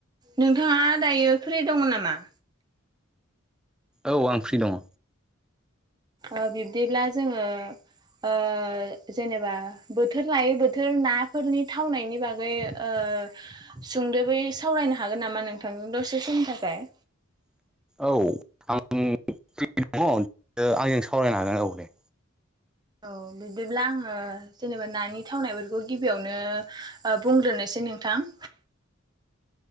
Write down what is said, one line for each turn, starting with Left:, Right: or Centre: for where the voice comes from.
Right: नोंथाङा दायो फ्रि दङ नामा
Centre: औ आं फ्रि दङ
Right: ओ बिब्दिब्ला जोङो ओ जेनेबा बोथोर लायै बोथोर नाफोरनि थावनायनि बागै ओ सुंदोबै साव फरायनो हागोन नामा नोंथांजों दसे समनि थाखाय
Centre: औ आं दङ आंजों सावरायनो हागोन औ दे
Right: औ बिदिब्ला आङो जेनेबा नानि थावनायफोरखौ गिबियावनो बुंग्रोनोसै सै नोंथां